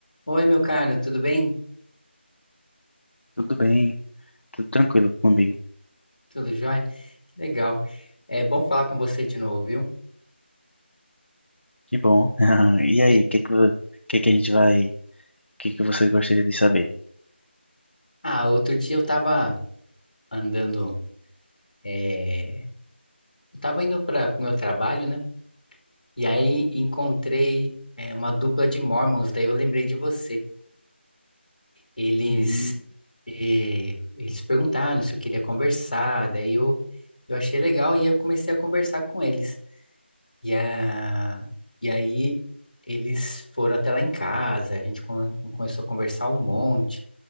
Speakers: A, on the left; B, on the left.
A: Oi, meu caro, tudo bem?
B: Tudo bem, tudo tranquilo comigo.
A: Tudo jóia? Que legal. É bom falar com você de novo, viu?
B: Que bom. <laughs> E aí,
A: E-
B: o que que, vo- que que a gente vai, o que que você gostaria de saber?
A: ah, outro dia eu tava andando, é, eu tava indo para o meu trabalho, né? E aí encontrei, é, uma dupla de Mormons, daí eu lembrei de você. Eles,
B: Hum,
A: eh, eles perguntaram se eu queria conversar, daí eu, eu achei legal e eu comecei a conversar com eles. E, a... e aí eles foram até lá em casa, a gente come- começou a conversar um monte.